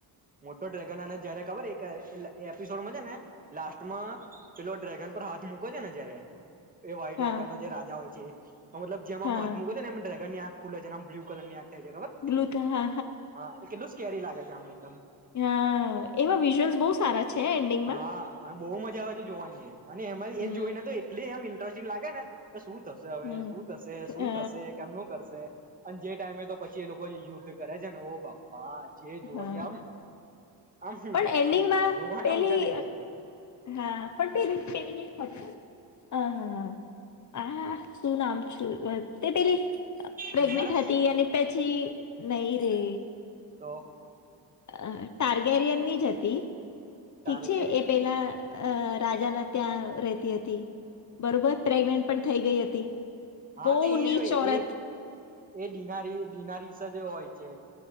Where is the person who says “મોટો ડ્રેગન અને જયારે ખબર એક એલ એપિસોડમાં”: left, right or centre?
Right